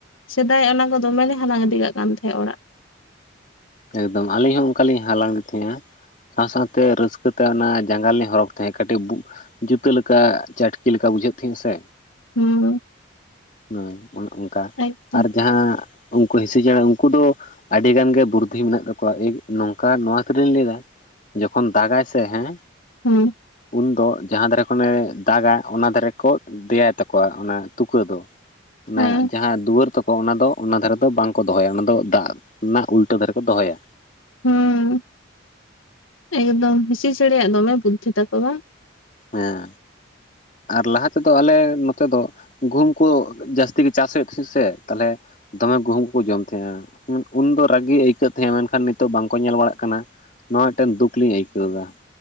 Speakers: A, on the left; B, on the left.
A: ᱥᱮᱫᱟᱭ ᱚᱱᱟ ᱠᱚ ᱫᱚᱢᱮ ᱞᱮ ᱦᱟᱞᱟᱝ ᱤᱫᱤ ᱠᱟᱜ ᱠᱟᱱ ᱛᱟᱦᱮᱸᱫ ᱚᱲᱟᱜ᱾
B: ᱮᱠᱫᱚᱢ, ᱟᱞᱤᱧ ᱦᱚᱸ ᱚᱱᱠᱟᱞᱤᱧ ᱦᱟᱞᱟᱝ-ᱮᱫ ᱛᱟᱦᱮᱸᱫ ᱟ᱾ ᱥᱟᱶ ᱥᱟᱶᱛᱮ ᱨᱟᱹᱥᱠᱟᱹ ᱛᱮ ᱚᱱᱟ ᱡᱟᱸᱜᱟ ᱨᱮᱞᱤᱧ ᱦᱚᱨᱚᱜᱽ ᱛᱟᱦᱮᱸᱫ ᱠᱟᱹᱴᱤᱡ ᱵᱩ ᱡᱩᱛᱟᱹ ᱞᱮᱠᱟ ᱪᱟᱹᱴᱠᱤ ᱞᱮᱠᱟ ᱵᱩᱡᱷᱟᱹᱜ ᱛᱟᱦᱮᱜ-ᱟ ᱥᱮ᱾
A: ᱦᱩᱸ
B: ᱦᱩᱸ ᱚᱱᱮ ᱚᱱᱠᱟ
A: ᱮᱠᱫᱚᱢ
B: ᱟᱨ ᱡᱟᱦᱟᱸ ᱩᱱᱠᱩ ᱦᱤᱤᱥᱩ ᱪᱮᱬᱮᱸ ᱩᱱᱠᱩ ᱫᱚ ᱟᱹᱰᱤ ᱜᱟᱱ ᱜᱮ ᱵᱩᱨ ᱫᱷᱤ ᱢᱮᱱᱟᱜ ᱛᱟᱠᱚᱣᱟ ᱮ ᱱᱚᱝᱠᱟ ᱱᱚᱣᱟ ᱠᱷᱟᱹᱛᱤᱨᱤᱧ ᱞᱟᱹᱭ ᱫᱟ᱾ ᱡᱚᱠᱷᱚᱱ ᱫᱟᱜ ᱟᱭ ᱥᱮ ᱦᱮᱸ
A: ᱦᱩᱸ᱾
B: ᱩᱱ ᱫᱚ ᱡᱟᱦᱟᱸ ᱫᱷᱟᱨᱮ ᱠᱷᱚᱱᱮ ᱫᱟᱜᱟ ᱚᱱᱟ ᱫᱷᱟᱨᱮ ᱠᱚ ᱫᱮᱭᱟᱭ ᱛᱟᱠᱚᱣᱟ ᱚᱱᱟ ᱛᱩᱠᱟᱹ ᱫᱚ ᱾ ᱚᱱᱟ
A: ᱦᱮᱸ
B: ᱡᱟᱦᱟᱸ ᱫᱩᱣᱟᱹᱨ ᱛᱟᱠᱚ ᱚᱱᱟ ᱫᱚ, ᱚᱱᱟ ᱫᱷᱟᱨᱮ ᱫᱚ ᱵᱟᱝᱠᱚ ᱫᱚᱦᱚᱭᱟ, ᱚᱱᱟ ᱫᱚ ᱫᱟᱜ ᱱᱟᱜ ᱩᱞ- -ᱴᱟᱹ ᱫᱷᱟᱨᱮ ᱠᱚ ᱫᱚᱦᱚᱭᱟ᱾
A: ᱦᱩᱸ ᱮᱠᱫᱚᱢ, ᱦᱤᱸᱥᱤ ᱪᱮᱲᱮ ᱭᱟᱜ ᱫᱚᱢᱮ ᱵᱩᱫᱽᱫᱷᱤ ᱛᱟᱠᱚ ᱵᱟᱸ?
B: ᱦᱮᱸ ᱟᱨ ᱞᱟᱦᱟ ᱛᱮᱫᱚ ᱟᱞᱮ ᱱᱚᱛᱮ ᱫᱚ ᱜᱩᱢ ᱠᱚ ᱡᱟᱹᱥᱛᱤ ᱜᱮ ᱪᱟᱥ ᱦᱩᱭᱩᱜ ᱛᱮᱹᱥᱤᱥᱥᱮ ᱛᱟᱞᱦᱮ ᱫᱚᱢᱮ ᱜᱩᱦᱩᱢ ᱠᱚ ᱡᱚᱢ ᱛᱷᱮᱸᱜᱼᱟᱸ, ᱩᱱ-ᱩᱱᱫᱚ ᱨᱟᱜᱤ ᱟᱹᱭᱠᱟᱹᱜ ᱛᱷᱮᱸᱜ, ᱢᱮᱱᱠᱷᱟᱱ ᱱᱤᱛᱚᱜ ᱵᱟᱝᱠᱚ ᱧᱮᱞ ᱵᱟᱲᱟᱜ ᱠᱟᱱᱟ᱾ ᱱᱚᱣᱟ ᱴᱮᱱ ᱫᱩᱠ ᱞᱤᱧ ᱟᱹᱭᱠᱟᱹᱣ ᱫᱟ᱾